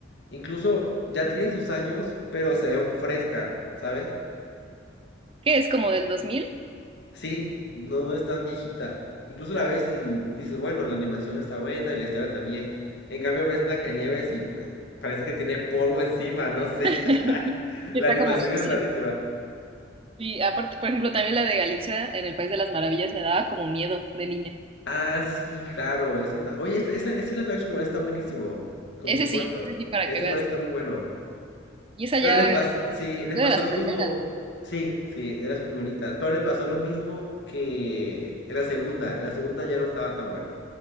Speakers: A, on the left (about 65°); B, on the right (about 30°).
A: incluso ya tiene sus años, pero se ve aún fresca, ¿sabes?
B: que es como del dos mil
A: Sí, no es tan viejita. Incluso la ves y dices, bueno, la animación está buena y la historia también. En cambio ves Blancanieves y pues parece que tiene polvo <laughs> encima, no sé.
B: <laughs>
A: <laughs>
B: Y
A: La
B: está
A: animación
B: como sucia.
A: es rarísima.
B: Y aparte, por ejemplo, también la de Alicia en el País de las Maravillas me daba como miedo de niña.
A: Ah, sí, claro, esa ta- Oye, ese, ese, ese live action igual está buenísimo, con
B: Ese
A: Tim
B: sí,
A: Burton.
B: ese sí, para
A: Este
B: que veas.
A: igual está muy bueno.
B: Y esa
A: Pero
B: ya
A: les pasó, sí, les
B: Fue
A: pasó
B: de las
A: lo
B: primeras.
A: mismo. Sí, sí, de las primeritas. Pero le pasó lo mismo que en la segunda. En la segunda ya no estaba tan buena.